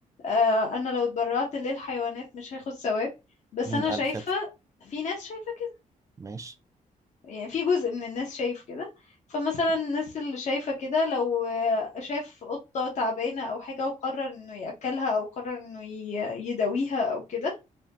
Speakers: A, on the left (about 55°); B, on the right (about 20°).
A: آه انا لو اتبرعت للحيوانات مش هاخد ثواب بس
B: مين
A: انا
B: قال
A: شايفة
B: كده
A: في ناس شايفة كده
B: ماشي
A: يعني في جزء من الناس شايف كده فمثلا الناس اللي شايفة كده لو آه، شاف قطة تعبانة أو حاجة وقرر إنه يأكلها أو قرر إنه ي- يداويها أو كده